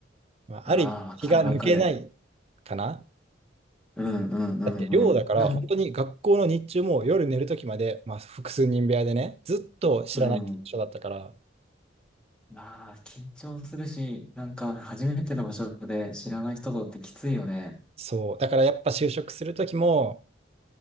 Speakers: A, on the right; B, in the centre.
A: まあ、
B: ああ、
A: ある意味気が抜けない
B: わかるわかる。
A: かな。
B: うん、うん、うん、
A: だって寮だから本当に学校の日中も夜寝る時まで、
B: うん。なん、
A: まあ、複数人部屋でねずっと知らない人だったから
B: うん。まあ、緊張するし、なんか初めての場所で知らない人とってきついよね。
A: そうだからやっぱ就職する時も